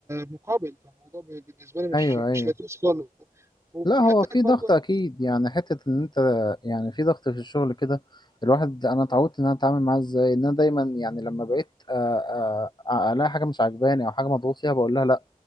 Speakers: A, on the right; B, on the left.
A: مقابل فالموضوع بالنسبه لي مش
B: ايوه
A: مش
B: ايوه
A: لذيذ خالص وفي
B: لا هو
A: حته
B: في
A: برضه
B: ضغط
A: إن-
B: اكيد يعني حته ان انت يعني في ضغط في الشغل كده الواحد انا اتعودت ان انا اتعامل معاه ازاي ان انا دايما يعني لما بقيت آه، آه، الاقي حاجه مش عاجباني او حاجه مضغوط فيها بقول لها لا